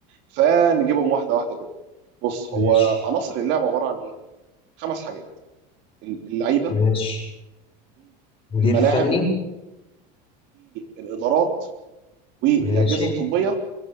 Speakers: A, on the right (about 60°); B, on the left (about 25°).
A: فنجيبهم واحده واحده كده بص
B: ماشي
A: هو عناصر اللعبه عباره عن ايه خمس حاجات اللعيبه
B: ماشي مدير
A: والملاعب
B: فني
A: والادارات والاجهزه
B: ماشي
A: الطبيه